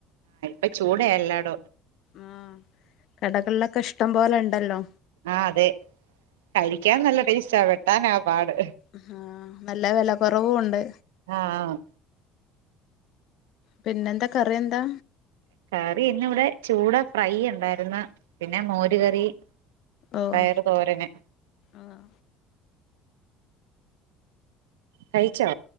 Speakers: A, on the right (about 90°); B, on the left (about 65°).
A: എഹ് ഇപ്പ ചൂടെയാ എല്ലാടോ
B: ആഹ് കടകൾലൊക്കെ ഇഷ്ടം പോലെണ്ടെല്ലോ
A: ആഹ് അതെ കഴിക്കാൻ നല്ല ടേസ്റ്റാ വെട്ടാനാ പാട്
B: ആഹ് നല്ല വില കുറവുണ്ട്
A: ആആഹ്
B: പിന്നെന്താ കറി എന്താ?
A: കറി ഇന്ന് വിടെ ചൂട ഫ്രൈ ഉണ്ടായിരുന്നു. പിന്നെ മോര് കറി
B: ഓഹ്
A: പയറ് തോരന്
B: ആഹ്
A: കഴിച്ചോ